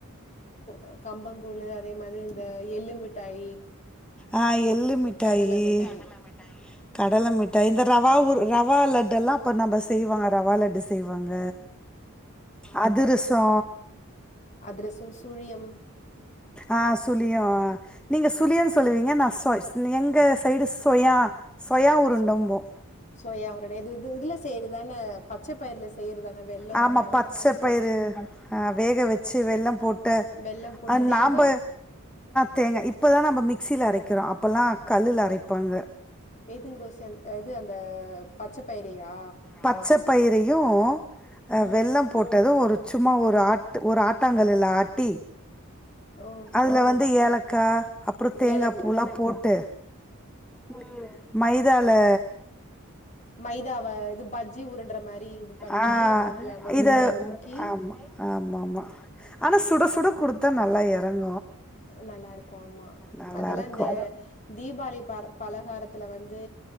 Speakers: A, on the left (about 30°); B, in the centre.
A: கோ க கம்பங்கூலு அதே மாதிரி ந்த எள்ளு மிட்டாயி
B: ஆ எள்ளுமிட்டாயி
A: கடல மிட்டாய்
B: கடலமிட்டாயி கடல மிட் ட்ட இந்த ரவா உரு ரவா லட்டெல்லா இப்போ நம்ப செய்வாங்க ரவா லட்டு செய்வாங்க அதுரஸ் தோ
A: அதுரசம் சூழியம்
B: ஆ சுலியம் நீங்க சுலியன்ஸ் சொல்லுவீங்க நா ஸ்சொ எங்க சைடு ஸ்சொயா சொயா உருண்டம்போ
A: சோ சோயா உருண்ட இது இது இதுல செய்யறதான பச்ச பயிர்ல செய்யறதான வெல்லமு
B: ஆமா பச்சைப்பயரு
A: பச்ச
B: வேக வச்சு வெள்ள போட்டு
A: வெல்லம் போட்டு
B: அத
A: தேங்கா
B: நாம்ப தேங்கா இப்பதா நா சியில அரைக்கிறோ அப்போலா கல்லுல அரைப் பாங்க
A: ஏதுங்க ரோசி அந்த இது அந்த பச்சபயிரையா
B: பச்சப் பயிரயு ஆ
A: ம்.
B: வெள்ளம் போட்டது ஒரு சும்மா ஒரு ஆட் ஒரு ஆட்டாங்கல்ல ஆட்டி
A: ஓ!
B: அதுல வந்து ஏலக்கா அப்றோ தேங்கா
A: ஏலக்கா.
B: பூலா போட்டு ம் மைதா ல
A: மைதாவ இது பஜ்ஜி உருண்டற மாரி இது பண்ணி
B: ஆ
A: அதுல அந்த உருண்டைய
B: இத
A: முக்கி
B: ஆமா ஆமாமா ஆனா சுட சுட குடுத்தா நல்லா இறங்
A: நல்லா இருக்கு ஆமா
B: நல்லாருக்கு
A: அதெல்லா இந்த தீபாளி ப பலகாரத்துல வந்து